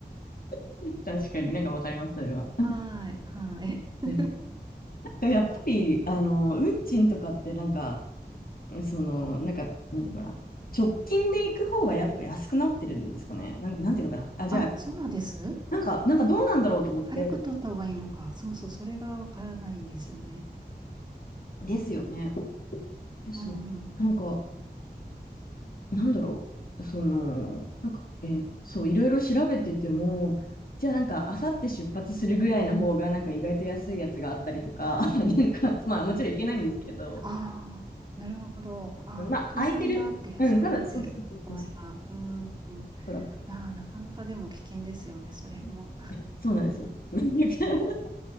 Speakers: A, on the left; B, on the right.
A: <laughs> 確かになんかわかります、それは。
B: はーい、はーい。
A: うん、やっぱり、あの、運賃とかってなんか、その、なんか、なんていうのかな。直近で行く方がやっぱ安くなってるんですかね。なん、なんていうのかな。あ、じゃあ、
B: あ、そうなんです。
A: なんか、なんかどうなんだろうと思って。
B: 早く取った方がいいのか。そうそう、それがわからないんですよね。
A: ですよね。そう。
B: うん。
A: なんか、なんだろう、その、なんか、えーそう、いろいろ調べてても、じゃあなんか、あさって出発するぐらいの方が、なんか意外と安いやつがあったりとか、<laughs> なんか、まあもちろんいけないんですけど、
B: ああ、なるほど。ああ、
A: まあ空いてる、
B: 空席があって安くなってる場合が。
A: うん、多分、そうそうそうそう、
B: うん。
A: トラック。
B: ああ、なかなかでも危険ですよね、それも。
A: いやそうなんですよ。<laughs>
B: ええ。